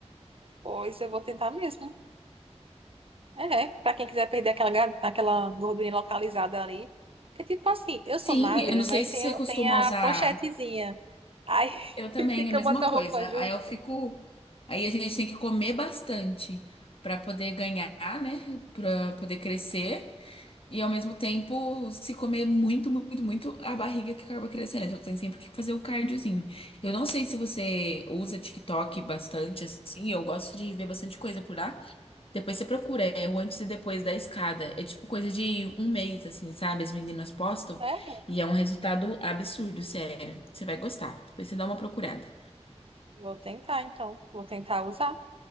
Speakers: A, on the right (about 55°); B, on the left (about 55°).
A: Pois eu vou tentar mesmo. É, né, pra quem quiser perder aquela, ga- aquela gordurinha localizada ali. Porque, tipo assim, eu
B: Sim,
A: sou magra,
B: eu não sei
A: mas
B: se
A: tem,
B: você costuma
A: tem a
B: usar.
A: ponchetezinha. Aí
B: Eu também,
A: <laughs> fica
B: a mesma
A: botar
B: coisa.
A: roupa justa.
B: Aí eu fico. Aí a gente tem que comer bastante pra poder ganhar, né? Pra poder crescer. E ao mesmo tempo, se comer muito, muito, muito, a barriga que acaba crescendo. Então tem sempre que fazer o cardiozinho. Eu não sei se você usa TikTok bastante, assim. Eu gosto de ver bastante coisa por lá. Depois você procura, é o antes e depois da escada. É tipo coisa de um mês, assim, sabe? As meninas postam.
A: Sério?
B: E é um resultado absurdo, sério. Você vai gostar. Depois você dá uma procurada.
A: Vou tentar, então. Vou tentar usar.